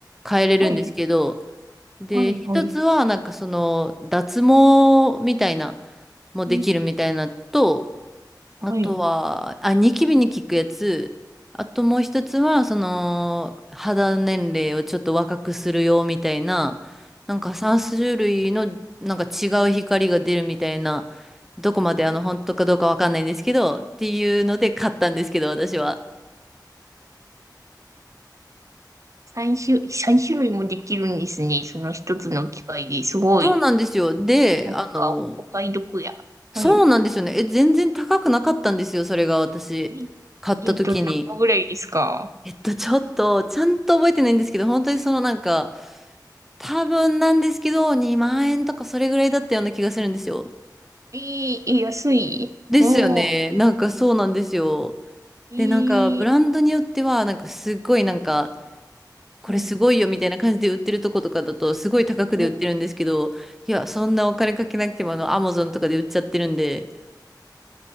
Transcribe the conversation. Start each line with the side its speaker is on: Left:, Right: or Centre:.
Centre: 変えれるんですけど、
Right: はい、
Centre: で、
Right: はい、
Centre: 一つはなんかその脱毛みたいな、
Right: はい。
Centre: もできるみたいなと、
Right: うん、
Centre: あとは、
Right: はい。
Centre: あ、ニキビに効くやつ。あともう一つは、その、肌年齢をちょっと若くするよみたいな、なんか3種類の、なんか違う光が出るみたいな、どこまであの、本当かどうかわかんないんですけど、っていうので買ったんですけど、私は。
Right: 3種、三種類もできるんですね。その一つの機械ですごい。
Centre: そうなんですよ。で、
Right: なんか、
Centre: あの、
Right: お買い得や。はい。
Centre: そうなんですよね。え、全然高くなかったんですよ、それが私、
Right: え、
Centre: 買った時に。
Right: えっと、何個ぐらいですか
Centre: えっと、ちょっと、ちゃんと覚えてないんですけど、本当にそのなんか、多分なんですけど、2万円とかそれぐらいだったような気がするんですよ。
Right: えー、え、安いおー、
Centre: ですよね。なんかそうなんですよ。
Right: えー、
Centre: で、なんかブランドによっては、なんかすごいなんか、これすごいよみたいな感じで売ってるとことかだと、
Right: はい。
Centre: すごい高くで売ってるんですけど、
Right: うん
Centre: いや、そんなお金かけなくても、あの、アマゾンとかで売っちゃってるんで。